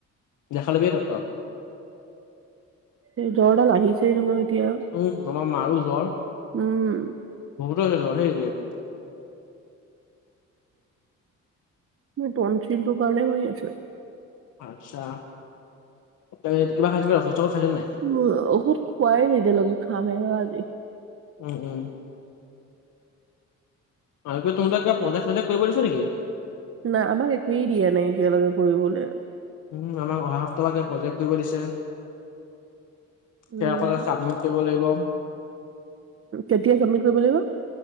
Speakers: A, on the left; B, on the right.
A: দেখা লবিয়ে ডক্টৰক।
B: সেই জ্বৰডাল আহিছেই নহয় এতিয়া।
A: উম আমাৰ মাৰো জ্বৰ।
B: উম।
A: বহুত হৈছে জ্বৰ সেই
B: মুৰ তন্সিলটোৰ কাৰণে হৈ আছে।
A: আচ্ছা, তই কিবা খাইছোঁ নাই ঔষধ সৌষদ খাইছ নাই?
B: উ ঔষুধ খোৱাই নাই এতিয়ালৈকে, খামে আৰু আজি।
A: উম উম। আৰু কিবা তোমাৰ তাত কিবা প্ৰজেক্ট চজেক কৰিব দিছে নেকি?
B: নাই আমাক একোৱেই দিয়া নাই এতিয়ালৈকে কৰিবলে।
A: উম, আমাক অহা সপ্তাহৰ পৰা কিবা প্ৰজেক্ট কৰিব দিছে।
B: উম,
A: সে <unintelligible> চাবমিত কৰিব লাগিব।
B: কেতিয়া চাবমিত কৰিৰ লাগিব?